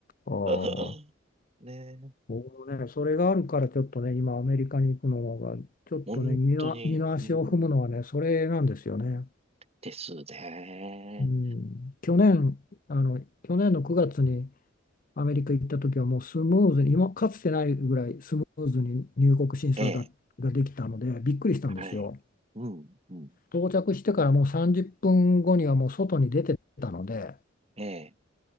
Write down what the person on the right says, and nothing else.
<laughs> ねえ、
本当に、
うん、
ですね。
ええ、
はい。うん、うん、
ええ、